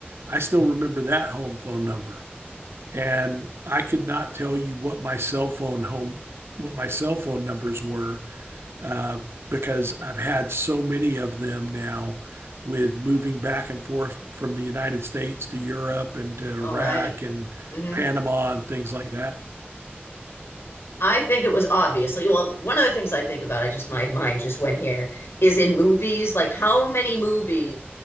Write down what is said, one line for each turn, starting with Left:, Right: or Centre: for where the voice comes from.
Right: I still
Left: <laughs>
Right: remember that home phone number. And I could not tell you what my cell phone home, what my cell phone numbers were uh, because I've had so many of them now with moving back and forth from the United States to Europe and to Iraq
Left: All right.
Right: and
Left: Mhm.
Right: Panama and things like
Left: I think it was obviously, well, one of the things I think about, I just, my mind just went here, is in movies, like how many movies